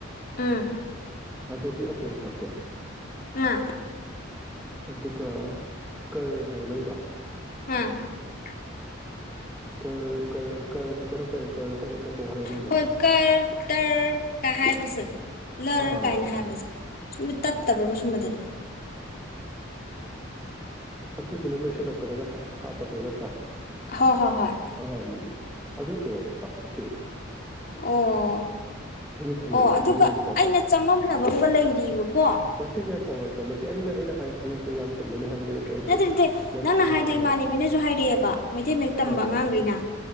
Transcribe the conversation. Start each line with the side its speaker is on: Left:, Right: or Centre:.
Left: ꯎꯝ
Centre: ꯑꯗꯨꯗꯤ ꯑꯄꯨꯟ ꯇꯞꯄꯦ
Left: ꯉꯥ
Centre: ꯑꯗꯨꯒ ꯀꯔ ꯍꯥꯏꯕ ꯅꯪꯗꯣ
Left: <unintelligible>
Centre: ꯀꯔ ꯀꯔ ꯀꯔ ꯈꯛꯇꯔꯣ <unintelligible> ꯑꯃꯅꯤ
Left: ꯈꯣꯏ
Centre: ꯍꯥꯏꯔꯣ
Left: ꯀꯔ ꯇꯔ ꯀꯥꯏ ꯍꯥꯏꯕꯁꯦ ꯂꯔ
Centre: ꯑꯥ
Left: ꯀꯥꯏꯅ ꯍꯥꯏꯕꯁꯦ ꯁꯨꯝꯕ ꯇꯞꯇꯕ꯭ꯔꯕ꯭ꯔ ꯁꯨꯝꯕꯗꯗꯤ
Centre: ꯑꯗꯨꯗꯨꯅ ꯂꯣꯏꯁꯤꯜ ꯂꯥꯛꯄꯗꯒ ꯍ ꯍꯥꯞ ꯄꯗꯨ ꯅꯠꯇ꯭ꯔꯥ
Left: ꯍꯣꯏ ꯍꯣꯏ ꯍꯣꯏ
Centre: ꯑ ꯑꯗꯨꯗꯣ ꯇꯞꯇꯦ
Left: ꯑꯣ
Centre: ꯑꯩꯅ ꯊꯦꯡꯅꯔꯛꯄꯗꯨꯒꯤ
Left: ꯑꯣ ꯑꯗꯨꯒ
Centre: ꯋꯥꯅꯤꯀꯣ
Left: ꯑꯩꯅ
Centre: ꯕꯠ
Left: ꯆꯃꯝꯅꯕꯒ ꯂꯩꯔꯤꯕꯀꯣ
Centre: ꯃꯁꯤ ꯉꯥꯏꯈꯣ ꯉꯥꯏꯈꯣ ꯃꯁꯤ ꯑꯩꯅ ꯑꯩꯅ ꯍꯥꯏꯔꯤꯁꯤꯅ ꯍꯦꯛꯇ ꯌꯥꯝ ꯆꯨꯝꯕꯅꯤ ꯍꯥꯏꯕꯗꯨ ꯑꯩꯁꯨ
Left: ꯅꯠꯇꯦ ꯅꯠꯇꯦ
Centre: ꯃꯩꯇꯩ
Left: ꯅꯪꯅ ꯍꯥꯏꯗꯣ
Centre: ꯑꯥ
Left: ꯏꯃꯥꯟꯅꯕꯤꯅꯁꯨ ꯍꯥꯏꯔꯛꯑꯦꯕ ꯃꯩꯇꯩ ꯃꯌꯦꯛ ꯇꯝꯕ
Centre: ꯑꯥ
Left: ꯑꯉꯥꯡꯈꯩꯅ
Centre: ꯑꯥ ꯑꯥ